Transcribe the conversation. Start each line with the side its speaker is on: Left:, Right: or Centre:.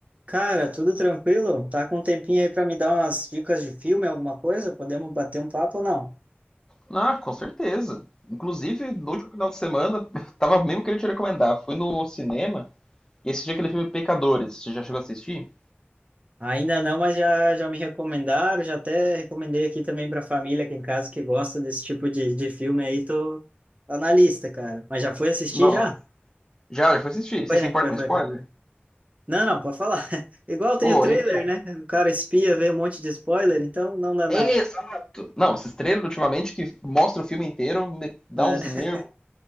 Right: Cara, tudo tranquilo? Tá com um tempinho aí pra me dar umas dicas de filme, alguma coisa? Podemos bater um papo ou não?
Left: Ah, com certeza. Inclusive, no último final de semana, <laughs> tava mesmo querendo te recomendar. Fui no cinema e assisti aquele filme Pecadores. Você já chegou a assistir?
Right: Ainda não, mas já, já me recomendaram, já até recomendei aqui também pra família aqui em casa que gosta desse tipo de, de filme aí, tô tá na lista, cara. Mas já foi assistir
Left: Não.
Right: já?
Left: Já, já foi assistir. Você
Right: Foi,
Left: se
Right: né?
Left: importa
Right: Foi,
Left: com
Right: foi,
Left: spoiler?
Right: foi. Não, não, pode falar. <laughs> Igual tem
Left: Pô,
Right: o trailer,
Left: então...
Right: né? O cara espia, vê um monte de spoiler, então não dá
Left: Exato!
Right: nada.
Left: Não, esses trailers ultimamente que mostra o filme inteiro me dá
Right: É.
Left: uns
Right: <laughs>
Left: nervos.